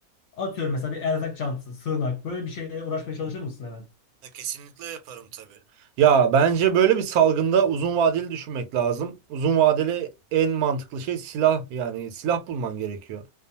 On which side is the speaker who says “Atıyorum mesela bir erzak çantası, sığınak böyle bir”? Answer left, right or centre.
Left